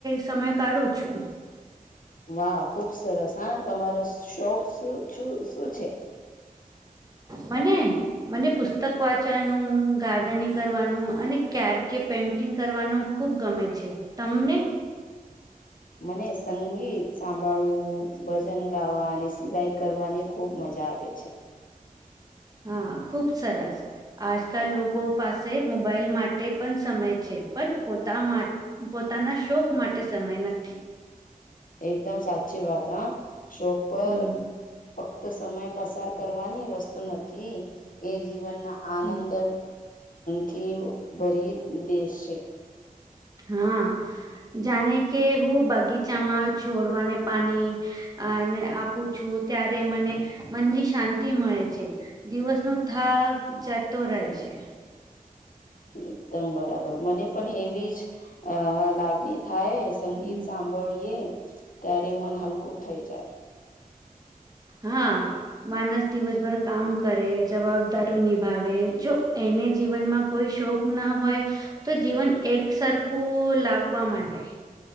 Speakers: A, on the right; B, on the left.
A: સમય કાઢું છું
B: વાહ ખુબ સરસ હા તમારો શોખ શું છે
A: મને મને પુસ્તક વાંચવાનું ગાર્ડનિંગ કરવાનું અને ક્યારેકે પે <inaudible> ગ કરવાનું ખુબ ગમે છે, તમને
B: મને સંગીત સાંભળવું ભજન ગાવા અને સિલાઈ કરવાની, ખુબ મજા આવે છે.
A: હા, ખુબ સરસ આજકાલ લોકો પાસે મોબાઈલ માટે પણ સમય છે, પણ પોતા માટે પોતાના શોક માટે સમય નથી
B: એકદમ સાચી વાત હા શોક પર
A: હમ
B: ફક્ત સમય પસાર કરવાની વસ્તુ નથી એ જીવનના આનંદ
A: હમ,
B: થી ભરી દેશ છે
A: હા જાણે કે હું બગીચામાં છોડવાને પાણી અને આપું છું ત્યારે મને મનની શાંતિ મળે છે દિવસ નો થાક જતો રહે છે
B: એકદમ બરાબર મને પણ એવી જ લાગણી થાય સંગીત
A: હમ
B: સા બળીએ ત્યારે મન હલકું થઈ જાય
A: હા માનસ દિવસભર કામ કરે જવાબદાર નિભાવે જો એને જીવનમાં કોઈ શોખ ના હોય તો જીવન એક સરખું લાગવા માંડે